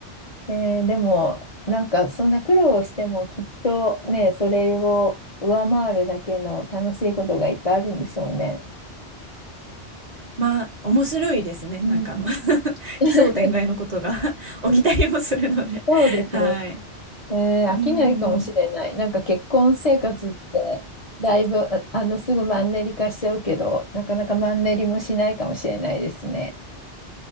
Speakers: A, on the left (about 40°); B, on the right (about 40°).
A: えーでも、なんかそんな苦労をしてもきっとね、それを上回るだけの楽しいことがいっぱいあるんでしょうね。
B: まあ面白いですね。
A: うん、
B: なんかあの <laughs>
A: <laughs>
B: 奇想天外のことが <laughs>
A: うん
B: 起きたりもするので
A: そうですね。
B: <laughs> はい。
A: えー飽きないかもしれない。
B: うーん、
A: なんか結婚生活って、だいぶ、ああの、すぐマンネリ化しちゃうけど、なかなかマンネリもしないかもしれないですね。